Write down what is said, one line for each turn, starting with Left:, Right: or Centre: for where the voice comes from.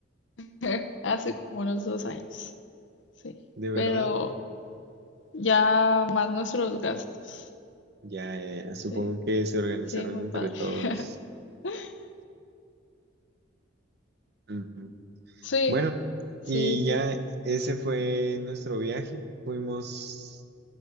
Left: <laughs> hace como unos dos años. Sí,
Right: De verdad,
Left: pero ya más nuestros gastos.
Right: ya, ya, ya, supongo
Left: Sí,
Right: que se organizaron
Left: sí, muy
Right: entre
Left: padre.
Right: todos.
Left: <laughs>
Right: Ujú.
Left: Sí,
Right: Bueno,
Left: sí,
Right: y
Left: sí,
Right: ya ese fue
Left: sí.
Right: nuestro viaje. Fuimos